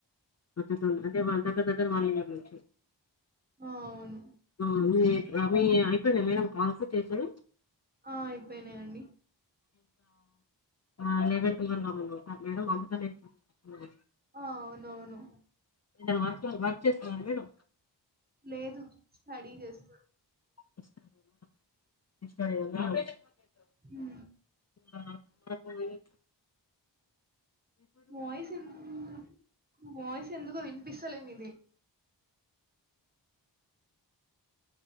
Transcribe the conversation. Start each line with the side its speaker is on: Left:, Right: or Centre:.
Left: <unintelligible> అంటే మా దగ్గర్ దగ్గర్ <unintelligible> ఇయర్ నుంచి
Right: అవును
Left: ఆ మీక్ రాబోయే అయిపోయ్న్నాయా మేడం కాల్స్ టిఫిను
Right: ఆ అయిపోయినాయండి
Left: ఆ ఎలెవన్ టూవెల్ మాములు అ మేడం అబుతనేే నీక్ హ్మ్
Right: ఆ అవును అవును
Left: ఏదైనా వర్క్ వర్క్ చేస్తున్నారా మీరు
Right: లేదు స్టడీ చేస్తా
Left: <inaudible>
Right: హు
Left: అహ్ మాక్ కూడా ఇయత్
Right: వాయిస్ ఎందుకు వాయిస్ ఎందుకో వినిపిస్తలే ఇది